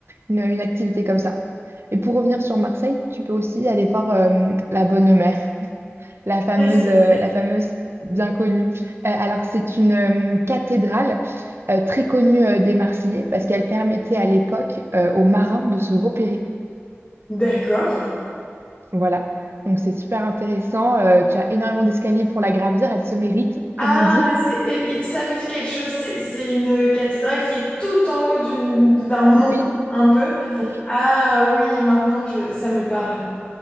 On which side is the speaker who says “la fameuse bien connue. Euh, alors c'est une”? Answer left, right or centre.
Right